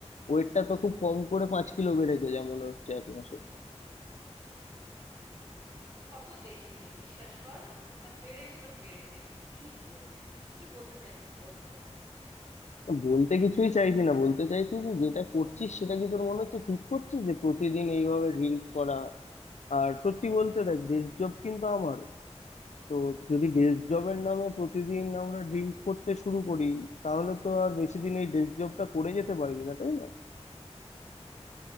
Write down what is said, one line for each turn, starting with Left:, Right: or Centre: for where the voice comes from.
Left: ওয়েটটা তো খুব কম করে পাঁচ কিলো বেড়েছে যা মনে হচ্ছে এক মাসে
Right: অত দেখিনি বিশ্বাস কর তা বেড়েছে তো বেড়েছে কি হয়েছে তুই কি বলতে চাইছিস বলতো
Left: তা বলতে কিছুই চাইছি না বলতে চাইছি যে যেটা করছিস সেটা কি তোর মনে হচ্ছে ঠিক করছিস যে প্রতিদিন এইভাবে ড্রিঙ্ক করা আর সত্যি বলতে দেখ ডেস্ক জব কিন্তু আমার তো যদি ডেস্ক জবের নামে প্রতিদিন আমরা ড্রিঙ্ক করতে শুরু করি তাহলে তো আর বেশি দিন এই ডেস্ক জবটা করে যেতে পারবি না তাই না